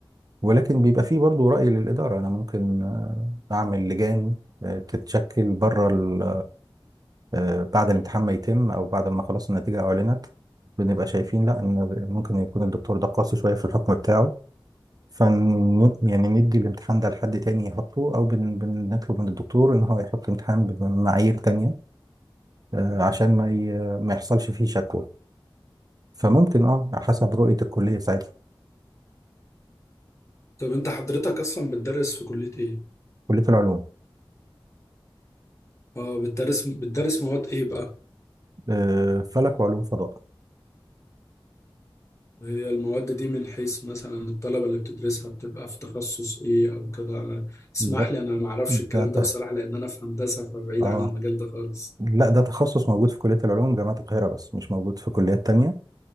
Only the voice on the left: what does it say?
طب انت حضرتك اصلا بتدرس في كلية ايه
اه بتدرس بتدرس مواد ايه بقى
هي المواد دي من حيث مثلا الطلبة اللي بتدرسها بتبقى في تخصص ايه او كده انا اسمح
لي انا ما اعرفش الكلام
ده
بصراحة لان انا في هندسة فبعيد
عن المجال ده خالص